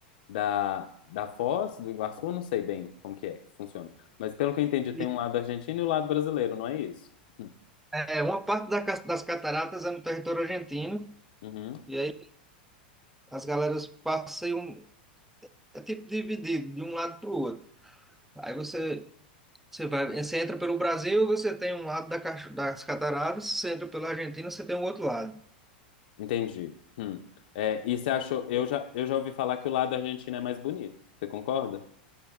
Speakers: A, on the left; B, in the centre.
A: da, da Foz, do Iguaçu, eu não sei bem como que é que funciona. Mas pelo que eu entendi, tem
B: E,
A: um lado argentino e o lado brasileiro, não é isso? Hum.
B: é, uma parte da ca- das cataratas é no território argentino,
A: Uhum.
B: e aí as galeras passeiam, é tipo dividido de um lado para o outro. Aí você, você vai, você entra pelo Brasil, você tem um lado da, caixa- das cataratas, você entra pela Argentina, você tem o outro lado.
A: Entendi. Hum. É, e você achou? Eu já, eu já ouvi falar que o lado argentino é mais bonito. Você concorda?